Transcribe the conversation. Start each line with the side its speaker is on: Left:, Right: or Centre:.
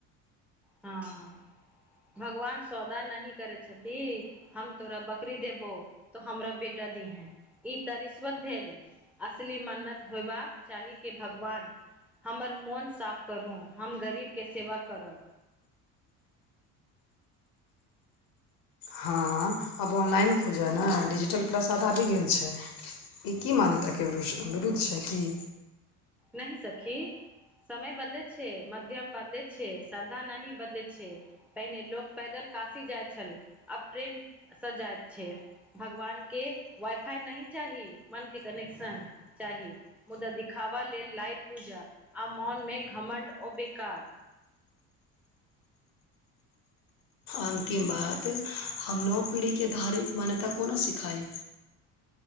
Centre: हँ भगवान सौदा नही करै छथि हम तोरा बकरी देबौ तो हमरा बेटा दीहैं ई त रिश्वत भेलै असली मन्नत होयबाक चाही के भगवान हमर मोन साफ करू हम गरीबके सेवा करब
Left: हँ आब ऑनलाइन फुजै न डिजिटल प्रसाद आबि गेल छै ई की मान्यताके विरुद्ध छै कि
Centre: नहि सखी समय बदलेत छै माध्यम बदलेत छै श्रद्धा नहि बदलेत छै पहिने लोक पैदल काशी जाइत छल आब ट्रेन सजाइत छै भगवान के वाइफाई नहि चाही मन के कनेक्शन चाही मुदा दिखावा लेल लाइव पूजा आ मोन मे घमण्ड ओ बेकार
Left: अन्तिम बात हम नव पीढ़ीके धार्मिक मान्यता कोना सिखाइ